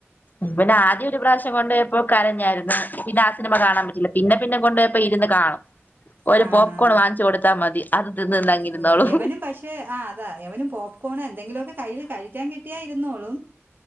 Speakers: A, on the left (about 40°); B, on the right (about 45°).
A: ഇവനെ ആദ്യം ഒരു പ്രാവശ്യം കൊണ്ടേയപ്പൊ കരഞ്ഞായിരുന്നു. പിന്നെ ആ സിനിമ കാണാൻ പറ്റില്ല. പിന്നെ പിന്നെ കൊണ്ടേയപ്പം ഇരുന്ന് കാണും. ഒരു
B: കാണാ
A: പോപ്കോൺ വാങ്ങിച്ചു കൊടുത്താ മതി. അത് തിന്ന് തിന്ന് അങ്ങിരുന്നോളും
B: ഓ എവനും ഭക്ഷ് ക്ഷേ ആ അതാ എവനും പോപ്കോൺ എന്തെങ്കിലുമൊക്കെ കയ്യിൽ കഴിക്കാൻ കിട്ടിയാ ഇരുന്നോളും